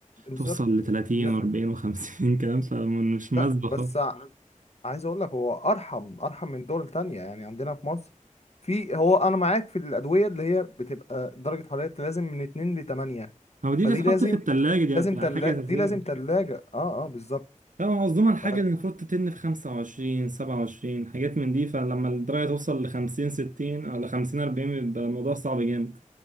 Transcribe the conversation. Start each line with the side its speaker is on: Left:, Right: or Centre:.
Left: بالظبط
Right: توصل لتلاتين
Left: لا
Right: وأربعين وخمسين <laughs> كلام فمش مناسبة
Left: لا بس
Right: خالص
Left: عايز اقول لك هو ارحم ارحم من دول تانية يعني عندنا في مصر في هو انا معاك في الادويه اللي هي بتبقى درجه حرارتها لازم من 2 ل 8
Right: هو دي
Left: فدي
Right: بتتحط
Left: لازم
Right: في التلاجة دي
Left: لازم تلا
Right: حاجة
Left: دي
Right: أساسية
Left: لازم تلاجة اه اه بالظبط
Right: لا هو مصدومة الحاجة
Left: ف-
Right: اللي المفروض تتن في خمسة وعشرين سبعة وعشرين حاجات من دي فلما الدرجة توصل لخمسين ستين أو لخمسين أربعين بيبقى الموضوع صعب جامد